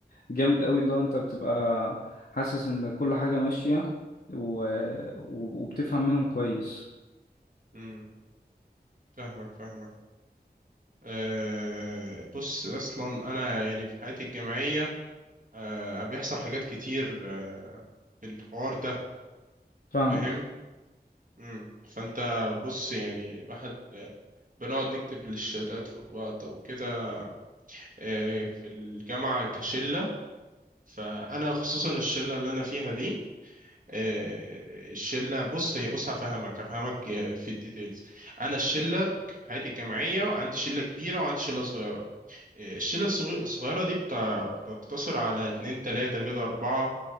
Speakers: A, on the left; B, on the right.
A: جامد قوي اللي هو انت بتبقى حاسس ان كل حاجة ماشية و... و- وبتفهم منهم كويس
B: امم فاهمك فاهمك أه بص اصلا انا يعني في حياتي الجامعيه أه بيحصل حاجات كتير أه في الحوار ده
A: فاهمك
B: فاهم مم. فانت بص يعني الواحد آه، بنقعد نكتب للشتات في بعض وكده آه، في الجامعه كشله فانا خصوصا الشله اللي انا فيها دي آه، الشله بص هي بص هفهمك هفهمك آه، في الديتيلز انا الشله في حياتي الجامعيه عندي شله كبيره وعندي شله صغيره إيه، الشلة الصغي- الصغيرة دي بتاع بتقتصر على اتنين تلاتة كده أربعة